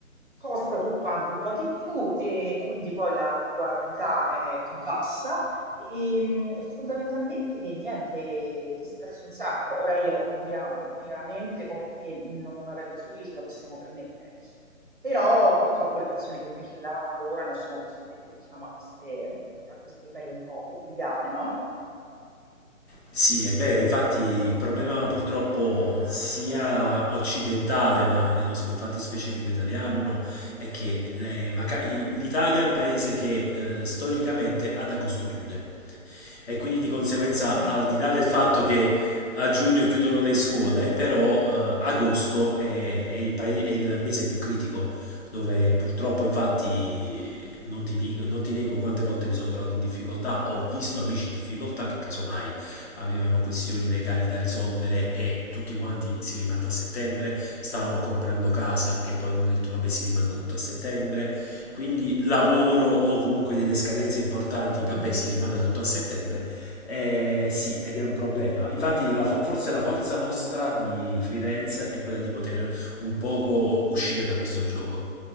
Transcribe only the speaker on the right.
Costa tutto anche un po' di più e quindi poi la qualità è più bassa e, mh, e fondamentalmente niente, ti stressi un sacco. Ora io ovvia- ovviamente come te, non avendo figli, ce la possiamo permettere, però purtroppo le persone che invece lavorano sono costrette, diciamo, a queste, a queste ferie un po' obbligate, no?
Sì.
Però...
<laughs>
Mhm,
mhm,
mhm.